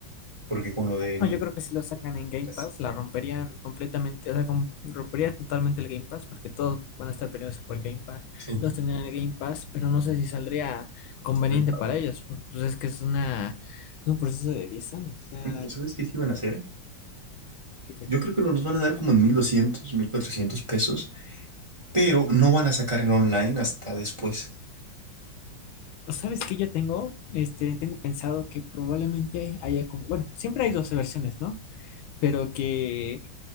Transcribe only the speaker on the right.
porque con lo de
Nintendo
es
sí,
rentable.
Pero ¿sabes qué sí van a hacer?
Yo creo que nos van a dar como en mil doscientos mil cuatrocientos pesos, pero no van a sacar el online hasta después.